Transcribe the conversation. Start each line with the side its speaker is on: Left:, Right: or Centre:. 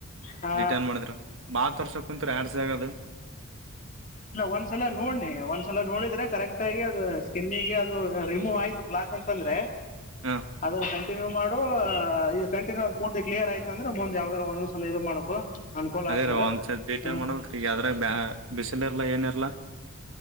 Left: ಹಾ
Right: ಡಿಟನ್ ಮಾಡಿದ್ರ ಬಹತ್ ವರ್ಷ ಕೊಂಂದು ್ಯಡ್ಸ್ ಆಗದು
Left: ಇಲ್ಲ ಒಂದ್ಸಲ ನೋಡ್ನಿ ಒಂದ್ಸಲ ನೋಡಿದ್ರೆ ಕರೆಕ್ಟ್ ಆಗಿ ಅದು ಸ್ಕಿನ್ನಿಗೆ ಅದು ರಿಮೂವ್ ಆಯ್ತು ಪ್ಲಾಕ್ ಅಂತಂದ್ರೆ
Right: ಹಾ
Left: ಅದ್ರ ಸಂ ಕಂಟಿನ್ಯ ಮಾಡ ಇದು ಕಂಟಿನ್ಯೂ ಅ್ ಪೂರ್ತಿ ಕ್ಲಿಯರ್ ಆಯ್ತ ಅಂದ್ರೆ ಮುಂದ್ ಯಾವಾಗಾರ ಒಂದ್ಲ ಇದು ಮಾಡಕು ಅನುಕೂಲ
Right: ಅದೇ
Left: ಆಗ್ತದೆ
Right: ರ ಒಂದ್ ಡೀಟೇಲ್
Left: ಹಾಂ
Right: ಮಾಡಬೇಕ್ರ ಬ ಚಲ್ಲ ಇರ್ಲ ಏನ ಇರ್ಲ